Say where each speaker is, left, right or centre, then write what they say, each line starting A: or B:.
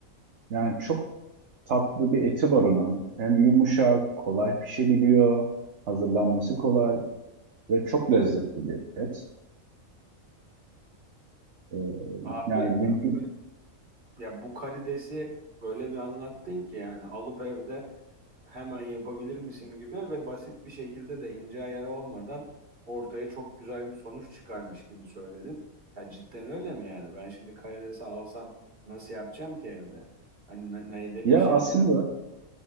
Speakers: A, on the right; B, on the right.
A: Yani çok tatlı bir eti var onun. Hem yumuşak, kolay pişebiliyor. Hazırlanması kolay ve çok lezzetli bir et. Ee,
B: Abi
A: yani mümkün.
B: peki ben Ya bu karidesi böyle bir anlattın ki yani alıp evde hemen yapabilir misin gibi ve basit bir şekilde de ince ayarı olmadan ortaya çok güzel bir sonuç çıkarmış gibi söyledin. Ya cidden öyle mi yani? Ben şimdi karidesi alsam nasıl yapacağım ki evde? Hani ne- neyde pişireceğim?
A: Ya aslında